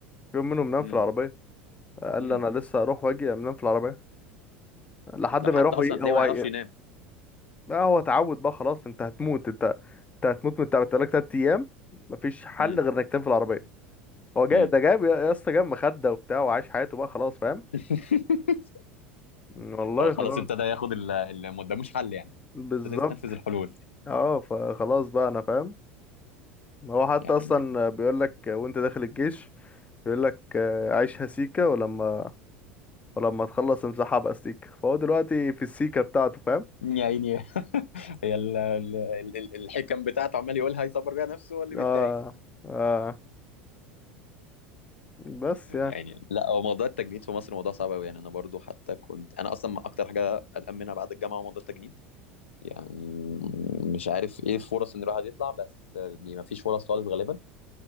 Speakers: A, on the left; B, on the left.
A: في يوم منهم نام
B: امم
A: في العربية قال
B: امم
A: لي انا لسه هروح واجي انام في العربية لحد
B: ده
A: ما
B: حتى
A: يروح
B: اصلا
A: وي...
B: تلاقيه
A: هو
B: ما يعرفش ينام
A: ما هو تعود بقى خلاص انت هتموت انت انت هتموت من تعب لك تلات ايام مفيش حل
B: امم
A: غير انك تنام في العربيه هو جاي
B: امم
A: ده جاب يا يا اسطى جاب مخده وبتاع وعايش حياته بقى خلاص فاهم
B: <laughs>
A: والله
B: هو خلاص
A: خلاص
B: ابتدى ياخد ال- اللي ما قداموش حل يعني
A: بالظبط
B: ابتدى يستنفذ الحلول
A: اه فخلاص بقى انا فاهم هو حتى
B: يا عيني
A: اصلا بيقول لك وانت داخل الجيش بيقول لك آه، عيشها سيكه ولما ولما تخلص امسحها بقى سيكه فهو دلوقتي في السيكه بتاعته فاهم
B: يا عيني هي ال- ال- ال- ال- الحكم بتاعته عمال يقولها يصبر بيها نفسه هو اللي
A: <laughs>
B: بيتضايق
A: اه اه بس يعني
B: يعني لا هو موضوع التجنيد في مصر موضوع صعب قوي يعني انا برضو حتى كنت انا اصلا اكتر حاجه قلقان منها بعد الجامعه هو موضوع التجنيد يعني مش عارف ايه الفرص ان الواحد يطلع بس ما فيش فرص خالص غالبا